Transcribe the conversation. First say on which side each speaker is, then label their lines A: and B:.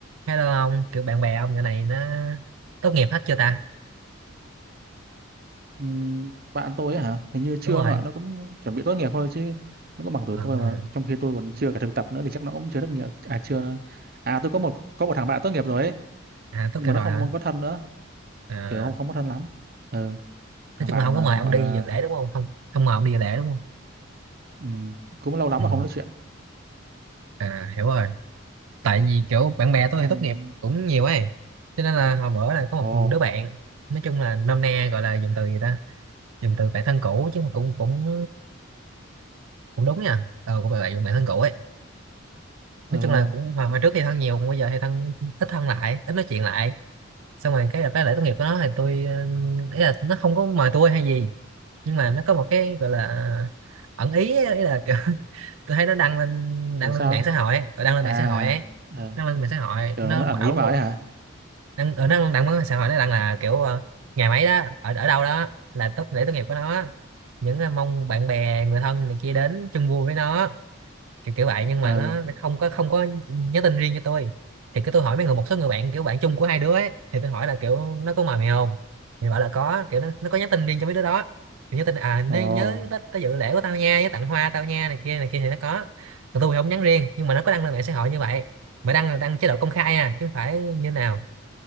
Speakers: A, on the right (about 85°); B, on the right (about 45°).
A: Hello ông, kiểu bạn bè ông nhỏ này nó tốt nghiệp hết chưa ta?
B: Ừm, bạn tôi ấy hả hình như chưa
A: Đúng rồi.
B: mà nó cũng chuẩn bị tốt nghiệp thôi chứ nó có bằng tuổi
A: À,
B: tôi mà trong khi tôi còn chưa cả thực tập nữa thì chắc nó cũng chưa tốt nghiệp à chưa à tôi có một có một thằng bạn tốt nghiệp rồi ấy
A: à tốt
B: nhưng
A: nghiệp
B: mà nó
A: rồi
B: không
A: hả?
B: có thân nữa
A: À,
B: kiểu không không có thân lắm ừ, thằng
A: nói chung
B: bạn
A: là không
B: ờ,
A: có mời ông
B: gọi
A: đi
B: là
A: dự lễ
B: học
A: đúng không? Không không mời ông đi dự lễ đúng không?
B: ừm, cũng lâu lắm
A: Ừ.
B: mà không nói chuyện
A: À hiểu rồi. Tại vì kiểu bạn bè
B: nó
A: tôi thì
B: không
A: tốt nghiệp cũng nhiều ấy. Cho nên là hồi bữa là có một
B: ồ
A: đứa bạn nói chung là nôm na gọi là dùng từ gì ta? Dùng từ bạn thân cũ chứ mà cũng cũng cũng đúng nha. Ờ cũng gọi là dùng bạn thân cũ ấy
B: ừ
A: nói chung
B: không
A: là cũng hồi, hồi trước thì thân nhiều còn bây giờ thì thân ít thân lại ít nói chuyện lại xong rồi cái cái lễ tốt nghiệp của nó thì tôi ờ, ý là nó không có mời tôi hay gì nhưng mà nó có một cái gọi là ẩn ý ấy, ý là kiểu, <laughs> tôi thấy nó đăng lên đăng
B: kiểu sao
A: lên mạng xã hội ấy, đăng lên
B: à
A: mạng xã hội ấy
B: ờ,
A: đăng lên mạng xã hội
B: kiểu
A: nó
B: nó
A: bảo
B: ẩn ý mà
A: một
B: ấy hả
A: đăng ở nó đăng mạng xã hội nó đăng là kiểu ờ, ngày mấy đó ở ở đâu đó là tốt lễ tốt nghiệp của nó những ờ, mong bạn bè người thân này kia đến chung vui với nó kiểu kiểu vậy nhưng mà
B: ừ
A: nó không có không có nhắn tin riêng cho tôi thì cứ tôi hỏi mấy người một số người bạn kiểu bạn chung của hai đứa ấy thì tôi hỏi là kiểu nó có mời mày không thì bảo là có kiểu nó, nó có nhắn tin riêng cho mấy đứa đó thì nhắn tin à nó
B: ồ
A: nhớ tới, tới dự lễ của tao nha với tặng hoa tao nha này kia này kia thì nó có còn tôi thì không nhắn riêng nhưng mà nó có đăng lên mạng xã hội như vậy mà đăng là đăng chế độ công khai à chứ không phải như nào